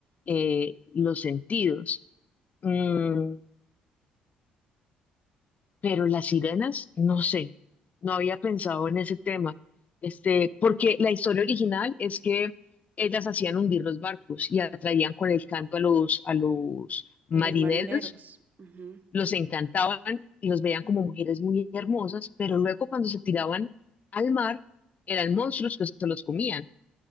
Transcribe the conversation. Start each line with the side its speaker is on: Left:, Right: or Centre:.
Left: eh, los sentidos. Mm, pero las sirenas, no sé, no había pensado en ese tema. Este, porque la historia original es que ellas hacían hundir los barcos y atraían con el canto a los, a los marineros
Right: a los marineros. Ujú,
Left: los encantaban y los veían como mujeres muy hermosas, pero luego cuando se tiraban al mar eran monstruos que se los comían.